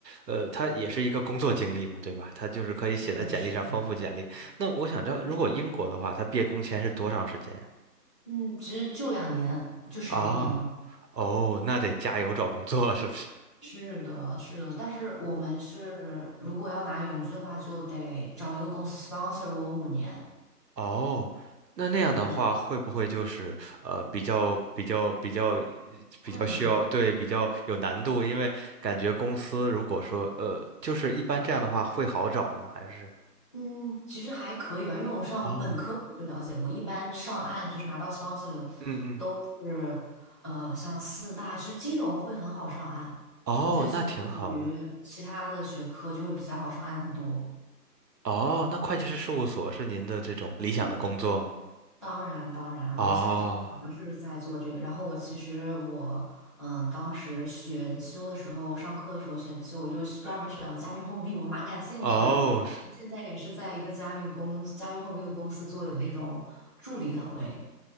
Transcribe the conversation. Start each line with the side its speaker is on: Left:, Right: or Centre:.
Right: 呃，他也是一个工作经历嘛，对吧？他就是可以写在简历上丰富简历。
Left: 确实，
Right: 那我想知道，如果英国的话，他毕业工签是多长时间呀？
Left: 嗯，其实就两年，就少一年嘛。
Right: 啊，哦，那得加油找工作，是不是？
Left: 是的，是的，但是我们是如果要拿永居的话，就得找一个公司 sponsor 我五年，
Right: 哦，那那样的话，
Left: 就可以拿永居。
Right: 会不会就是呃比较比较比较
Left: 困难，
Right: 比较需要对比较有难度？因为感觉公司如果说呃就是一般这样的话会好找吗？还是
Left: 嗯，其实还可以吧，因为我上本科的时候就了解过，
Right: 哦
Left: 一般上岸就是拿到 sponsor 的都是，
Right: 嗯嗯
Left: 呃，像四大，其实金融会很好上岸，
Right: 哦，
Left: 就是相比于其他的学科就会比较好上岸很多。
Right: 那挺好的哦。那会计师事务所是您的这种理想的工作吗？
Left: 对。当然，当然，
Right: 哦
Left: 我现在其实主要是在做这个。然后我其实我，嗯，当时选修的时候，上课的时候选修，我就专门选了加密货币，我蛮感兴趣的。
Right: 哦是
Left: 现在也是在一个加密公司加密货币的公司做的那种助理岗位。